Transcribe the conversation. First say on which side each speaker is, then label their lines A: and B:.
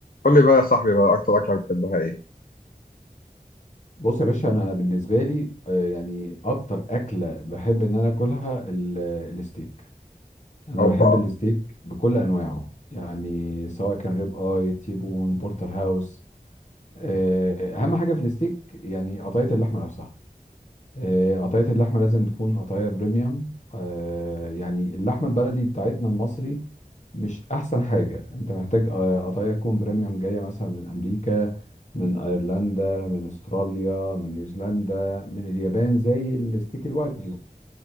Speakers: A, on the left (about 65°); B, on the left (about 50°).
A: قول لي بقى يا صاحبي بقى اكتر اكله بتحبها ايه
B: بص يا باشا انا بالنسبه لي آه، يعني اكتر اكله بحب ان انا اكلها ال- الستيك انا
A: اوبا
B: بحب الستيك بكل انواعه يعني سواء كان ريب اي تيبون بورتر هاوس آه، اهم حاجه في الستيك يعني قطعيه اللحمه نفسها آه، قطعية اللحمة لازم تكون قطعية بريميوم آه، يعني اللحمة البلدي بتاعتنا المصري مش أحسن حاجة أنت محتاج آه، قطعية تكون بريميوم جاية مثلا من أمريكا من أيرلندا من أستراليا من نيوزيلندا من اليابان زي الستيك الواجيو